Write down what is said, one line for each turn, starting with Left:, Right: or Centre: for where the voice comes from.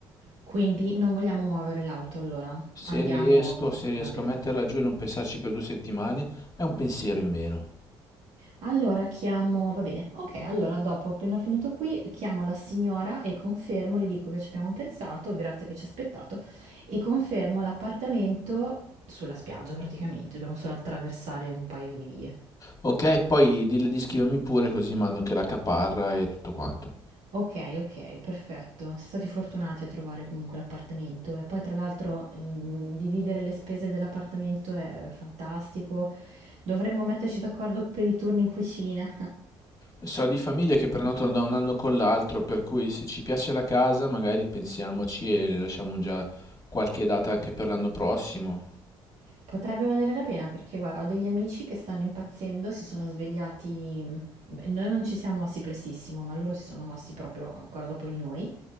Right: Quindi non vogliamo muovere l'auto, allora
Left: Se
Right: andiamo,
Left: riesco, se riesco
Right: va bene.
Left: a metterla giù e non pensarci per due settimane, è un pensiero in meno.
Right: Allora chiamo va bene, okay, allora dopo appena ho finito qui, chiamo la signora e confermo, le dico che ci abbiamo pensato, grazie che ci ha aspettato, e confermo l'appartamento sulla spiaggia praticamente, dobbiamo solo attraversare un paio di vie.
Left: Ok, poi dille di scrivermi pure così mando anche la caparra e tutto quanto.
Right: Okay, okay, perfetto. Siete stati fortunati a trovare comunque l'appartamento e poi tra l'altro, mhmm, dividere le spese dell'appartamento è fantastico. Dovremmo metterci d'accordo per i turni in cucina.
Left: So di famiglie che prenotano da un anno con l'altro, per cui se ci piace la casa magari pensiamoci e le lasciamo già qualche data anche per l'anno prossimo.
Right: Potrebbe valere la pena perché guarda, ho degli amici che stanno impazzendo, si sono svegliati, beh, noi non ci siamo mossi prestissimo, ma loro si sono mossi proprio ancora dopo di noi